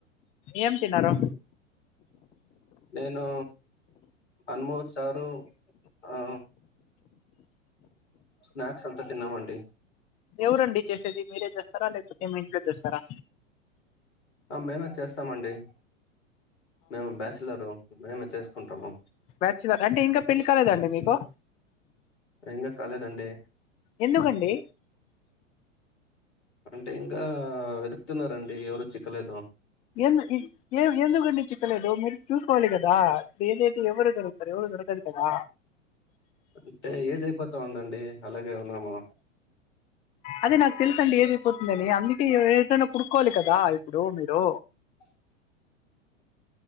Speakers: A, on the left; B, on the left.
A: ఏం తిన్నారు
B: నేను అనుము చారు ఆ స్నాక్స్ అంతా తిన్నామండి
A: ఎవరండి చేసేది మీరే చేస్తారా లేకపో తే మీ ఇంట్లో చేేస్తారా
B: ఆ మేమే చేస్తామండి మేము బ్యాచులరు మేమే చేసుకుంటాము
A: బ్యాచులరా అంటే ఇంకా పెళ్ళి కాలేదాండి మీకు
B: ఇంకా కాలేదండి
A: ఎందుకండి
B: అంటే ఇంకా వెతుకుతున్నారంండి ఎవరు చిక్కలేదు
A: ఎందు ఏ ఎందుకండి చిక్కలేదు మీరు చూసుకోవాలి కదా లేట్ అయితే ఎవరు దొరుకుతారు దొరకరు కదా
B: అంటే ఏజ్ అయిపోతా ఉందండి అలాగే ఉన్నాము
A: అదే నాకు తెలుసండి ఏజ్ అయిపోతుందని అందుకే ఏదైనా పుడుకోవాలి కదా ఇప్పుడు మీరు
B: <inaudible>